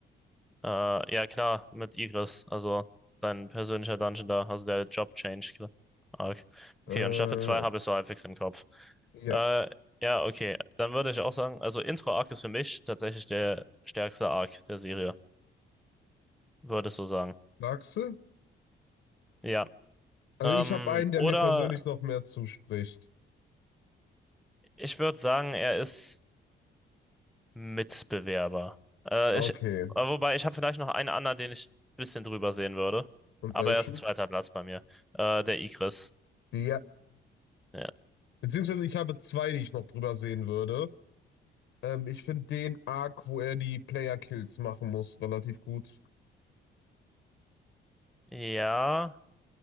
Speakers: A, in the centre; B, on the left (about 75°).
A: Äh, ja, klar, mit Igris, also sein persönlicher Dungeon da, also der Job-Change. klar. Arc.
B: Äh,
A: Okay, und Staffel 2 habe ich so halbwegs im Kopf.
B: ja.
A: Äh, ja, okay, dann würde ich auch sagen, also Intro-Arc ist für mich tatsächlich der stärkste Arc der Serie, würde ich so sagen.
B: Magst du?
A: Ja,
B: Also
A: ähm,
B: ich habe einen, der
A: oder
B: mir persönlich noch mehr zuspricht.
A: ich würde sagen, er ist. Mitbewerber. Äh,
B: Okay.
A: ich, äh, wobei, ich habe vielleicht noch einen anderen, den ich ein bisschen drüber sehen würde.
B: Und
A: Aber
B: welchen?
A: er ist zweiter Platz bei mir. Äh, der Igris.
B: Ja.
A: Ja.
B: Beziehungsweise ich habe zwei, die ich noch drüber sehen würde. Ähm, ich finde den Arc, wo er die Player-Kills machen muss, relativ gut.
A: Ja,